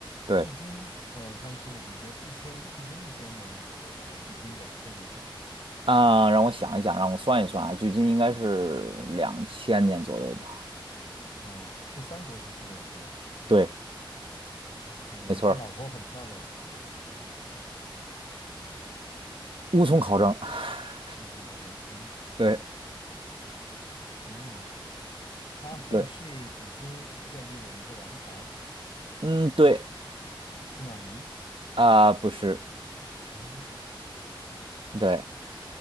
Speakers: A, on the right; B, on the left.
A: 对，
B: 距今，嗯，他是比如说一千，距今一千年左右的，还是距今两千年左右的？
A: 啊、让我想一想，让我算一算啊，距今应该是两千年左右吧。
B: 对，哦，是三国时期的人物，
A: 对，
B: 嗯，
A: 没错儿，
B: 他老婆很漂亮，
A: 无从考证。<laughs>
B: 乌孙夸张，啊，
A: 对
B: 啊嗯，他后世子孙建立了一个王朝，
A: 对，嗯，对
B: 司马懿
A: 啊、不是，
B: 啊，
A: 对，